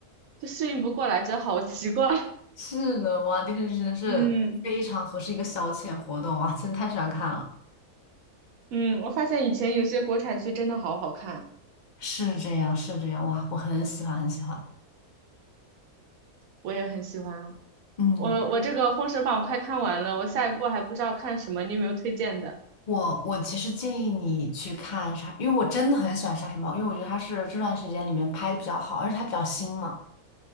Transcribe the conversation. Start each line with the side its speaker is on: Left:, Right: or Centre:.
Right: 就适应不过来，觉得好奇怪。<laughs>
Left: 是的，哇，电视剧真的是非常合适一个消遣活动哇，
Right: 嗯
Left: 真的太喜欢看了，
Right: 嗯，我发现以前有些国产剧真的好好看，
Left: 是这样是这样，哇，我很喜欢很喜欢，
Right: 我也很喜欢啊。
Left: 嗯。
Right: 我我这个《封神榜》快看完了，我下一步还不知道看什么，你有没有推荐的？
Left: 我我其实建议你去看杀，因为我真的很喜欢《杀神堡》，因为我觉得它是这段时间里面拍的比较好，而且它比较新嘛。